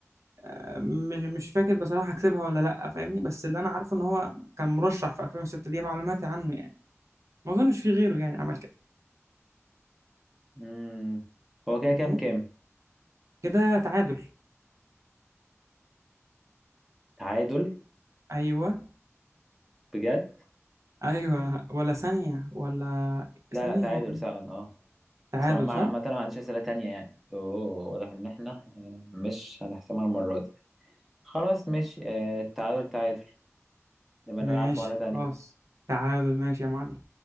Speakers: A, on the right; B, in the centre.
A: آه، مش مش فاكر بصراحة كسبها ولا لا فاهمني بس اللي انا عارفه ان هو كان مرشح في 2006 دي معلوماتي عنه يعني ما اظنش في غيره يعني عمل كده
B: امم هو كده
A: فاهمني
B: كام كام
A: كده تعادل
B: تعادل
A: ايوه
B: بجد
A: ايوه ولا ثانية ولا
B: لا
A: ثانية
B: لا تعادل
A: هو كان
B: فعلا اه
A: تعادل
B: اصلا ما-
A: صح
B: عامة انا ما عنديش اسئله تانية يعني اوه واضح ان احنا آه، مش هنحسمها المره دي خلاص ماشي آه، التعادل تعادل نبقى
A: ماشي
B: نلعب في مره تانية
A: خلاص تعادل ماشي يا معلم